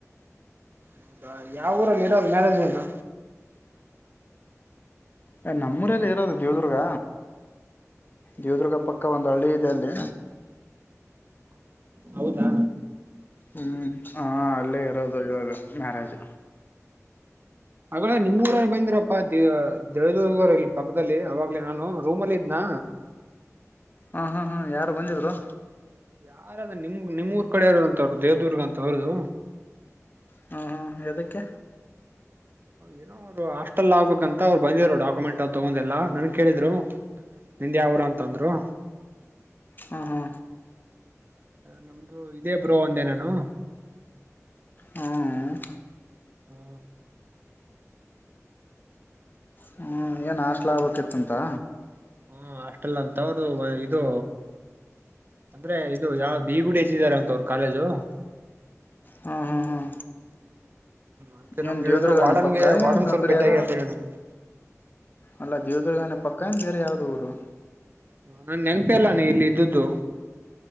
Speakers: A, on the right; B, on the left.
A: ಹೌದಾ ಯಾವ ಊರಲ್ಲಿ ಇರೋದು ಮ್ಯಾರೇಜ್ ನಿಂದು.
B: ಏ ನಮ್ಮೂರಲ್ಲೆ ಇರೋದು ದೇವದುರ್ಗ ದೇವದುರ್ಗ ಪಕ್ಕ ಒಂದ್ ಹಳ್ಳಿ ಇದೆ ಅಲ್ಲಿ.
A: ಹೌದಾ
B: ಹ್ಮ್ ಹಾ ಅಲ್ಲೇ ಇರೋದು ಇವಾಗ ಮ್ಯಾರೇಜ್.
A: ಆಗಳೇ ನಿಮ್ಮೂಊರಲ್ಲಿ ಬಂದಿರಪ್ಪಾ ದೇ ದೇವದುರ್ಗ ಇಲ್ಲಿ ಪಕ್ಕದಲ್ಲಿ ಅವಾಗ್ಲೇ ನಾನು ರೂಮಲ್ಲಿ ಇದ್ನಾ
B: ಹಾ ಹಾ ಹಾ ಯಾರು ಬಂದಿದ್ರು
A: ಯಾರಾ ಅದ ನಿಮ್ ನಿಮ್ ಊರ್ ಕಡೆವರು ಅಂತವ್ರು ದೇವದುರ್ಗ ಅಂತ ಅವ್ರದು
B: ಹಾಂ ಹಾಂ ಯದಕ್ಕೆ
A: ಏನೋ ಅವರು ಹಾಸ್ಟೆಲ್ ಆಗ್ಬೇಕಂತ ಅವ್ರು ಬಂದಿದರು ಡಾಕ್ಯುಮೆಂಟ್ ಅವ್ ತಗೊಂಡ ಎಲ್ಲ ನನ್ ಕೇಳಿದ್ರು ನಿಂದ ಯಾವ ಊರು ಅಂತ ಅಂದ್ರು
B: ಹಾ ಹಾ
A: ನಮ್ದು ಇದೇ ಬ್ರೋ ಒಂದೇ ನಾನು.
B: ಹ್ಮ್
A: ಹಾ
B: ಹ್ಮ್ ಏನ ಹಾಸ್ಟೆಲ್ ಆಗ್ಬೇಕಿತ್ತ ಅಂತಾ.
A: ಹ್ಮ ಹಾಸ್ಟೆಲ್ ಅಂತ ಅವ್ರದು ಇದು ಅಂದ್ರೆ ಇದು ಯಾವ ಬಿ ಗುಡಿ ಹೆಚ್ಚಿದಾರ ಅಂತ ಅವರು ಕಾಲೇಜು
B: ಹ್ಮ್ ಹ್ಮ್ ಹ್ಮ್.
A: ಅದಕ್ಕೆ
B: ಎನ
A: ನಮ್ಗೆ
B: ದೇವದುರ್ಗನ
A: ಹೇಳಿದ್ರು ವಾರ್ಡನ್ಗೆ
B: ಪಕ್ಕಾ
A: ವಾರ್ಡನ್
B: ನ ಬ್ಯಾರೆ
A: ಸರ್
B: ಕಡೆಯವ್ರು
A: ಭೇಟಿಯಾಗಿ ಅಂತ ಹೇಳಿದೆ ನಾನು
B: ಅಲ್ಲ ದೇವದುರ್ಗಾನ ಪಕ್ಕ ಏನ್ ಬೇರೆ ಯಾವ್ದ ಊರು
A: ಹ ನಂಗ ನೆನಪೆ ಇಲ್ಲ ನೀ ಇಲ್ಲಿ ಇದ್ದಿದು.